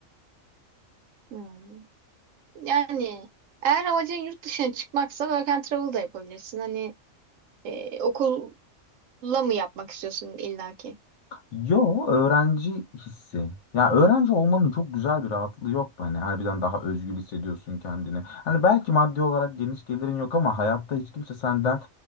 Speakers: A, on the right; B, on the left.
A: Hmm. Yani eğer amacın yurt dışına çıkmaksa work and travel da yapabilirsin. Hani e, okulla mı yapmak istiyorsun illaki?
B: Yo öğrenci hissi. Ya öğrenci olmanın çok güzel bir rahatlığı yok mu? Hani harbiden daha özgür hissediyorsun kendini. Hani belki maddi olarak geniş gelirin yok ama hayatta hiç kimse senden